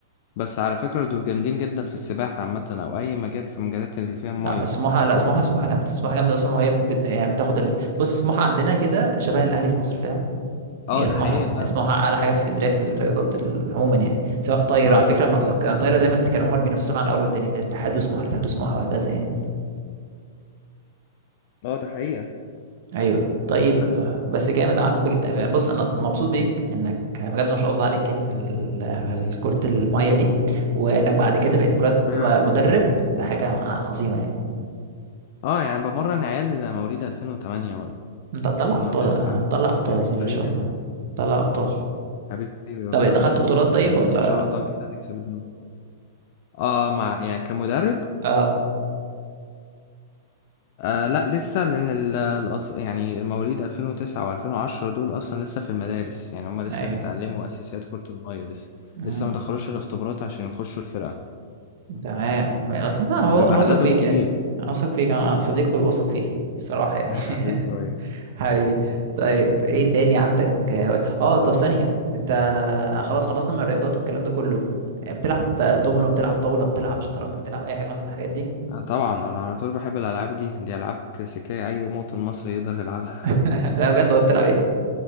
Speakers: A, on the left; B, on the right.
A: بس على فكرة دول جامدين جدا في السباحة عامة او اي مجال في مجالات اللي فيها مية
B: لا سموحه لا سموحه سموحه جامده سموحه جامده اصلا وهي بت... يعني بتاخد ال... بص سموحه عندنا كده شبه الاهلي في مصر فاهم
A: اه
B: هي
A: ده
B: سموحة
A: حقيقي فعلا
B: هي سموحة أعلى حاجة في اسكندرية في الرياضات ال- عموما يعني سواء طايرة
A: اه
B: على
A: اتفق
B: فكرة ما-
A: جدا
B: كان طايرة دايما كانوا هما اللي بينافسونا على الأول والتاني الاتحاد وسموحة الاتحاد وسموحة وهكذا يعني
A: اه ده حقيقة
B: أيوه طيب
A: بس
B: آه، بس جامد عارف بج- بص أنا مبسوط بيك إنك بجد ما شاء الله عليك يعني في ال- في كرة المية دي وإنك بعد كده بقيت مرد
A: حبيبي
B: مدرب
A: يا عبد الله.
B: ده حاجة عظيمة يعني
A: اه يعني بمرن عيال مواليد 2008
B: أنت هتطلع
A: و2009
B: أبطال هتطلع أبطال
A: يعني صغيرين
B: يعني إن شاء
A: جدا
B: الله هتطلع أبطال
A: حبيبي يا
B: طب
A: برو
B: دخلت بطولات طيب
A: حبيبي
B: ولا
A: ان شاء الله كده هنكسب الدوري اه مع يعني كمدرب
B: آه
A: آه لا لسه لان ال- الأطف... يعني المواليد 2009 و2010 دول اصلا لسه في المدارس يعني هم لسه
B: أيوه
A: بيتعلموا اساسيات كرة المية لسه
B: مم.
A: لسه ما دخلوش الاختبارات عشان يخشوا الفرقة
B: تمام بس انت انا
A: بيبقى
B: انا واثق
A: عددهم
B: فيك
A: كبير
B: يعني انا واثق فيك انا صديقي واثق فيه الصراحة يعني
A: <laughs> حبيبي
B: <laughs>
A: يا برو
B: حبيبي طيب ايه تاني عندك اه آه، طب ثانية انت خلاص خلصنا من الرياضات والكلام ده كله بتلعب دومينو بتلعب طاولة بتلعب شطرنج بتلعب اي حاجة من الحاجات دي
A: آه طبعا انا على طول بحب الالعاب دي دي العاب كلاسيكيه اي مواطن مصري يقدر يلعبها
B: <laughs> لا بجد هو بتلعب ايه